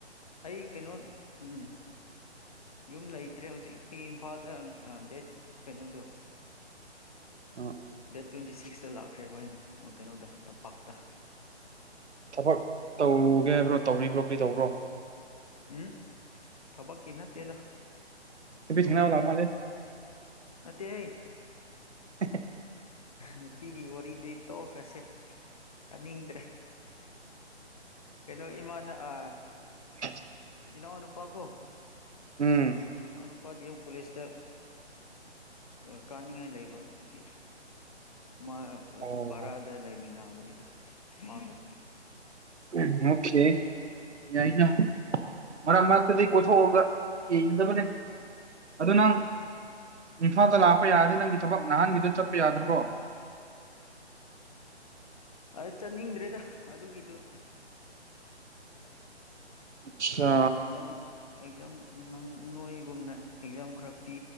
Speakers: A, on the left; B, on the right.
A: ꯑꯩ ꯀꯩꯅꯣ ꯎꯝ ꯌꯨꯝ ꯂꯩꯇ꯭ꯔꯦ ꯍꯧꯖꯤꯛ ꯑꯩ ꯏꯝꯐꯥꯜꯗ ꯗꯦꯠ ꯀꯩꯅꯣꯗꯣ <unintelligible>
B: ꯑꯥ
A: ꯗꯦꯠ ꯇ꯭ꯋꯦꯟꯇꯤ ꯁꯤꯛꯁꯇ ꯂꯥꯛꯈ꯭ꯔꯦꯕ ꯑꯩ ꯑꯥ ꯀꯩꯅꯣꯗ ꯇꯝꯄꯥꯛꯇ
B: ꯊꯕꯛ ꯇꯧꯒꯦ ꯍꯥꯏꯕ꯭ꯔꯣ ꯇꯧꯔꯤꯕ꯭ꯔꯣ ꯀꯩꯗꯧꯕ꯭ꯔꯣ
A: ꯎꯝ ꯊꯕꯛꯀꯤ ꯅꯠꯇꯦꯗ
B: ꯅꯨꯄꯤ
A: ꯁꯨꯝ
B: ꯊꯦꯡꯅꯕ ꯂꯥꯛ ꯃꯥꯜꯂꯦ
A: ꯅꯠꯇꯦꯍꯦ
B: <unintelligible>
A: ꯅꯨꯄꯤꯒꯤ ꯋꯥꯔꯤꯗꯤ ꯇꯣꯛꯈ꯭ꯔꯁꯦ ꯇꯅꯤꯡꯗ꯭ꯔꯦ ꯀꯩꯅꯣ ꯏꯃꯥꯅ ꯑ
B: <unintelligible>
A: ꯏꯅꯥꯎ ꯅꯨꯨꯄꯥꯀꯣ
B: ꯎꯝ
A: ꯏꯅꯥꯎ ꯅꯨꯄꯥ ꯗꯤ ꯑꯦꯝ ꯀꯣꯂꯦꯖꯇ ꯑ ꯀꯥꯅꯤꯡꯉꯥꯏ ꯂꯩꯕ ꯑꯗꯨꯒꯤ ꯃꯥ ꯑ
B: ꯑꯣ
A: ꯚꯥꯔꯥꯗ ꯂꯩꯃꯤꯟꯅꯕꯅꯤꯗ ꯃꯥꯒ
B: ꯎꯝ ꯑꯣꯈꯦ ꯌꯥꯏꯅ ꯃꯔꯛ ꯃꯔꯛꯇꯗꯒꯤ ꯀꯣꯏꯊꯣꯛꯑꯒ ꯌꯦꯡꯒꯗꯕꯅꯦ ꯑꯗꯨ ꯅꯪ
A: ꯎꯝ
B: ꯏꯝꯐꯥꯜꯗ ꯂꯥꯛꯄ ꯌꯥꯔꯗꯤ ꯅꯪꯒꯤ ꯊꯕꯛ ꯅꯍꯥꯟꯒꯤꯗꯣ ꯆꯠꯄ ꯌꯥꯗ꯭ꯔꯕꯣ
A: ꯑꯩ ꯆꯠꯅꯤꯡꯗ꯭ꯔꯦꯗ ꯑꯗꯨꯒꯤꯗꯨ
B: ꯑꯆꯥ
A: ꯑꯦꯛꯖꯥꯝ ꯑꯦꯛꯖꯥꯝ ꯅꯪ ꯅꯣꯏꯒꯨꯝꯅ ꯑꯦꯛꯖꯥꯝ ꯈꯔ ꯄꯤ